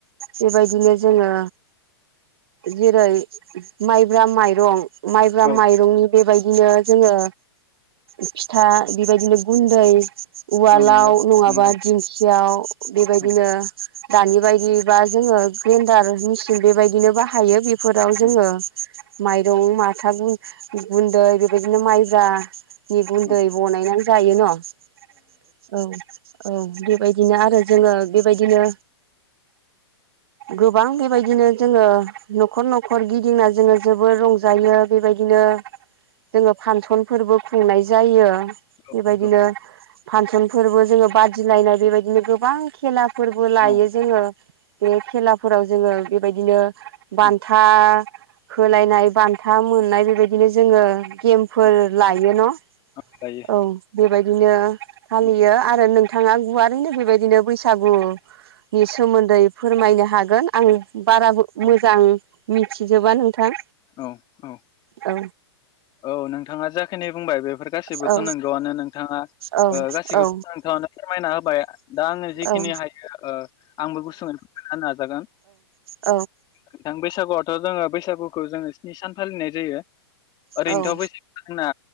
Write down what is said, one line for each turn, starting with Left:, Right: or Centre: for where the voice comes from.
Right: बेबायदिनो जोङो जेरै माइ ब्रा माइरं माइब्रा
Left: औ
Right: माइरंनि बेबायदिनो जोङो फिथा बेबायदिनो गुन्दै उवालाव
Left: औ नंगौ
Right: नङाबा
Left: नंगौ
Right: दिंखियाव बेबायदिनो
Left: औ
Right: दानि बायदिबा जोङो ग्रेन्दार मेचिन बेबायदिनो बाहायो बेफोराव जोङो
Left: औ
Right: माइरं माथा गुन गुन्दै बेबायदिनो माइब्रा नि गुन्दै
Left: औ
Right: बनायनानै जायो न' औ औ बेबायदिनो आरो जोङो बेबायदिनो गोबां बेबायदिनो जोङो न'खर न'खर गिदिंना जोङो जोबोर रंजायो बेबायदिनो जोङो फानसनफोरबो खुंनाय जायो
Left: औ
Right: बेबायदिनो
Left: नंगौ
Right: फानसनफोरबो जोङो बादिलायनाय बेबायदिनो गोबां खेला फोरबो
Left: औ
Right: लायो जोङो बे खेलाफोराव जोङो बेबायदिनो बान्था
Left: औ
Right: होलायनाय बान्था मोननाय बेबायदिनो जोङो गेम फोर
Left: औ
Right: लायो न
Left: औ दायो
Right: औ बेबायदि बिदिनो फालियो
Left: औ
Right: आरो नोंथाङा गुवारैनो बेबायदिनो बैसागु नि सोमोन्दै फोरमायनो हागोन आं बाराबो
Left: औ
Right: मोजां मिथिजोबा नोंथां।
Left: औ औ
Right: औ
Left: औ नोंथाङा जाखिनि बुंबाय बेफोर गासैबोथ'
Right: औ
Left: नंगौआनो नोंथाङा
Right: औ
Left: ओ गासैखौबो
Right: औ
Left: नोंथां आनो फोरमायना होबाय दा आङो जिखिनि
Right: औ
Left: हायो ओ आंबो गुसुङै फोरमायना नाजागोन
Right: औ
Left: नोंथां बैसागुयावथ' जोङो बैसागुखौ जोङो स्नि सान फालिनाय जायो। ओरैनोथ'
Right: औ
Left: बैसागुआ जोंना